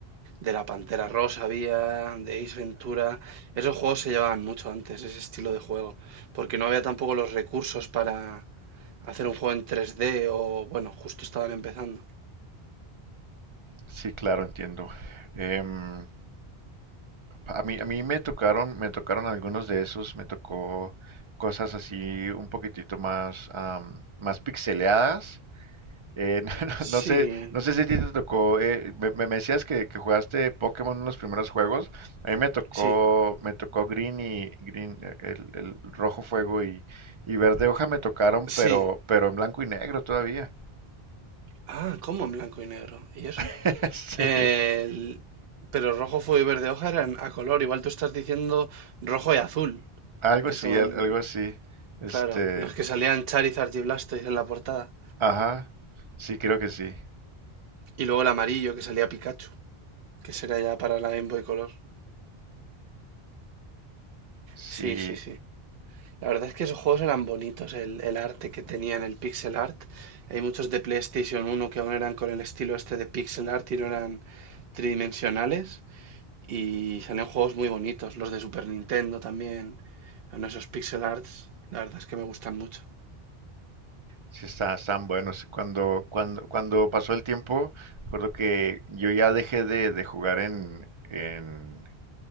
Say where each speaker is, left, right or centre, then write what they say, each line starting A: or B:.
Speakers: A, on the right; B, on the right.
A: de la Pantera Rosa había, de Ace Ventura. Esos juegos se llevaban mucho antes, ese estilo de juego, porque no había tampoco los recursos para hacer un juego en 3D o, bueno, justo estaban empezando.
B: Sí, claro, entiendo. Em, A mí, a mí me tocaron, me tocaron algunos de esos, me tocó cosas así un poquitito más, am, más pixeleadas. Eh, <laughs> no
A: Sí,
B: sé, no sé si a ti te tocó, eh, me, me- me decías que, que jugaste Pokémon en los primeros juegos. A mí me tocó,
A: sí,
B: me tocó Green y Green, eh, el, el rojo fuego y, y verde hoja me tocaron,
A: sí.
B: pero, pero en blanco y negro todavía.
A: Ah, ¿cómo en blanco y negro? ¿Y eso?
B: <laughs> Sí,
A: El- Pero rojo, fuego y verde hoja eran a color. Igual tú estás diciendo rojo y azul,
B: algo
A: que
B: así,
A: son,
B: al- algo así. Este,
A: claro, los que salían Charizard y Blastoise en la portada.
B: ajá, sí, creo que sí.
A: Y luego el amarillo que salía Pikachu, que será ya para la Game Boy Color.
B: Sí,
A: Sí, sí, sí. La verdad es que esos juegos eran bonitos, el, el arte que tenían, el pixel art. Hay muchos de PlayStation uno que aún eran con el estilo este de pixel art y no eran tridimensionales. Y salían juegos muy bonitos, los de Super Nintendo también. Son esos pixel arts, la verdad es que me gustan mucho.
B: Sí, está, están buenos. Cuando, cuando, cuando pasó el tiempo, recuerdo que yo ya dejé de, de jugar en, en,